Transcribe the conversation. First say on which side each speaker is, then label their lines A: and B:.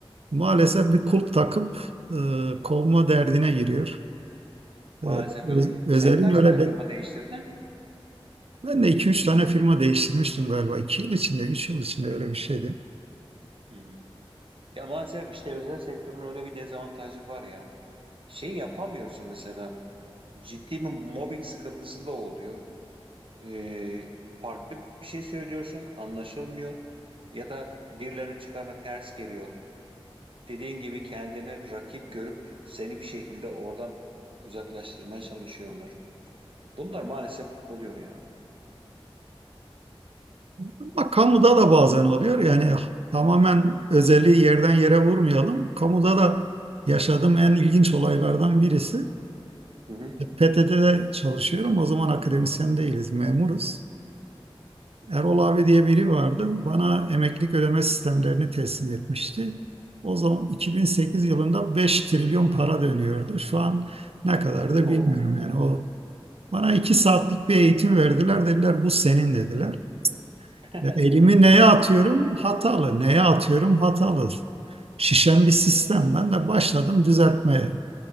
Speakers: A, on the right; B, on the right.
A: maalesef bir kulp takıp e, kovma derdine giriyor.
B: Maalesef
A: Ee, öz-
B: öyle.
A: özelim
B: Sen kaç
A: öyle
B: tane
A: de.
B: firma değiştirdin?
A: Ben de 2 3 tane firma değiştirmiştim galiba. iki yıl içinde, üç yıl içinde öyle bir şeydi.
B: Hmm. Ya maalesef işte özel sektörün öyle bir dezavantajı var ya. Şey yapamıyorsun mesela. ciddi bir mobbing sıkıntısı da oluyor. Ee, farklı bir şey söylüyorsun, anlaşılmıyor ya da birilerinin çıkarına ters geliyor. Dediğin gibi kendini rakip görüp seni bir şekilde oradan uzaklaştırmaya çalışıyorlar. Bunlar maalesef oluyor ya.
A: Ama kamuda da bazen oluyor. Yani tamamen özeli yerden yere vurmayalım. Kamuda da yaşadığım en ilginç olaylardan birisi.
B: Hı hı.
A: PTT'de çalışıyorum. O zaman akademisyen değiliz, memuruz. Erol abi diye biri vardı. Bana emeklilik ödeme sistemlerini teslim etmişti. O zaman 2008 yılında 5 trilyon para dönüyordu. Şu an ne kadardır
B: O.
A: bilmiyorum yani o. Bana 2 saatlik bir eğitim verdiler. Dediler bu senin dediler.
B: <laughs>
A: Ya elimi neye atıyorum? Hatalı. Neye atıyorum? Hatalı. Şişen bir sistem. Ben de başladım düzeltmeye.